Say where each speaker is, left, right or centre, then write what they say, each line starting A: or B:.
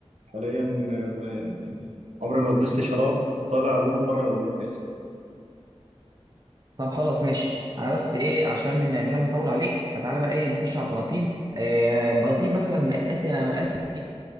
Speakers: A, on the right; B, on the right.
A: حاليا آه، ما- يعني عمري ما لبست شراب طالع لونه بره الالوان دي اصلا
B: طب خلاص ماشي أنا بس إيه عشان مش عايز أطول عليك فتعالى بقى إيه نخش على البناطيل إيه البناطيل مثلا مقاسي أنا مقاسي